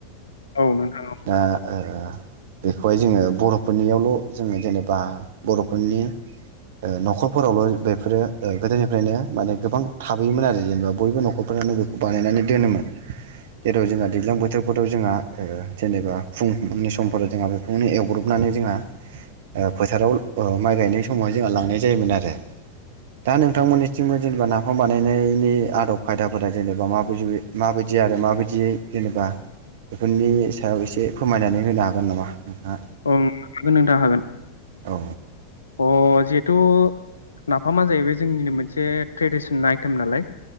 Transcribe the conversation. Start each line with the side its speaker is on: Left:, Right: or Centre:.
Left: औ नोंथाङा
Right: दा ओ बेखौहाय जोङो बर'फोरनियावल' जोङो जेनेबा बर'फोरनि ओ न'खरफोरावल' बेफोरो गोदोनिफ्रायनो माने गोबां थाबोयोमोन आरो जेनेबा बयबो न'खरफोरानो बेखौ बानायनानै दोनोमोन जेराव जोंहा दैज्लां बोथोरफोराव जोंहा ओ जेनेबा फुंनि समफोराव जोंहा बेफोरखौनो एवब्रबनानै जोंहा ओ फोथाराव ओ माइ गायनाय समावहाय जोंहा लांनाय जायोमोन आरो दा नोंथांमोननि जेनेबा नाफाम बानायनायनि आदब खायदाफोरा जेनेबा माबाय माबायदि आरो माबायदियै जेनेबा बेफोरनि सायाव एसे फोरमायनानै होनो हागोन नामा नोंथाङा
Left: औ हागोन‌ नोंथा हागोन
Right: औ
Left: अ जिहेथु नाफामा जाहैबाय जोंनिनो मोनसे ट्रेडिसन आइटेम नालाय